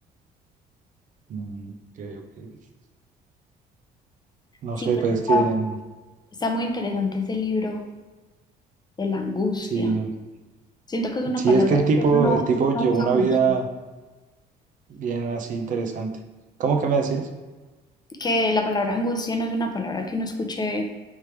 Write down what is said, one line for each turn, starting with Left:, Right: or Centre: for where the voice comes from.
Right: Mm, ok, ok. No
Left: Sí,
Right: sé,
Left: pero
Right: pues
Left: está
Right: que mm,
Left: está muy interesante ese libro de la angustia.
Right: sí,
Left: Siento que es una
Right: sí
Left: palabra
Right: es que el tipo,
Left: que uno no,
Right: el tipo llevó
Left: no usa
Right: una
Left: mucho.
Right: vida bien así interesante. ¿Cómo que me decías?
Left: que la palabra angustia no es una palabra que uno escuche